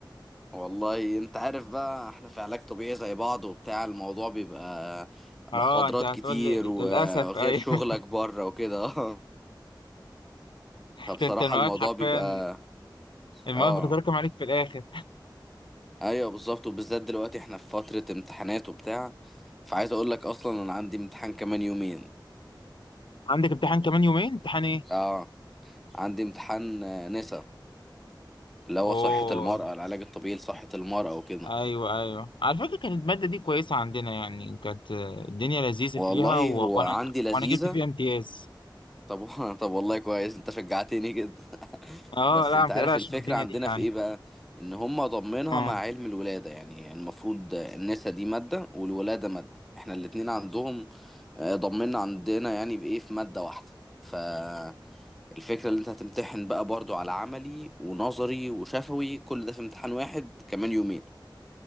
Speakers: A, in the centre; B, on the left.
A: والله انت عارف بقى احنا في علاج طبيعي زي بعض وبتاع الموضوع بيبقى
B: اه
A: محاضرات
B: انت هتقول
A: كتير
B: لي
A: وغير
B: للاسف اي
A: شغلك
B: <laughs>
A: بره وكده <laughs> فبصراحة
B: انت أنت المواد
A: الموضوع
B: حرفيا
A: بيبقى
B: المواد
A: اه
B: بتتراكم عليك في الاخر
A: ايوه بالظبط وبالذات دلوقتي احنا في فترة امتحانات وبتاع فعايز اقول لك اصلا انا عندي امتحان كمان يومين
B: عندك امتحان كمان يومين امتحان ايه
A: اه عندي امتحان آه، نسا اللي هو
B: اوه
A: صحة المرأة العلاج الطبيعي لصحة المرأة وكده
B: ايوه ايوه على فكره كانت الماده دي كويسه عندنا يعني كانت آه، الدنيا لذيذه
A: والله
B: فيها و...
A: هو
B: وانا
A: عندي لذيذة
B: وانا جبت فيها امتياز
A: طب <laughs> طب والله كويس انت شجعتني جدا <laughs>
B: اه
A: بس
B: لا
A: انت
B: ما
A: عارف
B: تقلقش
A: الفكرة
B: من الدنيا
A: عندنا
B: دي يعني
A: في ايه بقى ان هم ضمنها
B: اه
A: مع علم الولادة يعني المفروض النسا دي مادة والولادة مادة احنا الاتنين عندهم آه، ضمننا عندنا يعني في ايه في مادة واحدة فالفكرة اللي انت هتمتحن بقى برضو على عملي ونظري وشفوي كل ده في امتحان واحد كمان يومين